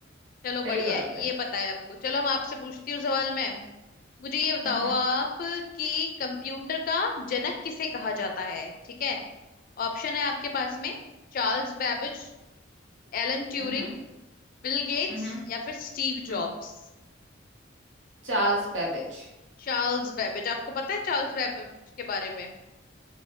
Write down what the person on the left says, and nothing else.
चलो बढ़िया
है ये
पता है हमको चलो हम आपसे पूछती हूँ सवाल मैं मुझे ये बताओ
आप कि कंप्यूटर का जनक किसे कहा जाता है ठीक है ऑप्शन है आपके पास में Charles Babbage Alan Turing
Bill Gates
या फिर स्टीव जॉब्स
Charles Babbage आपको पता है चार्ल्स बैबेज के बारे में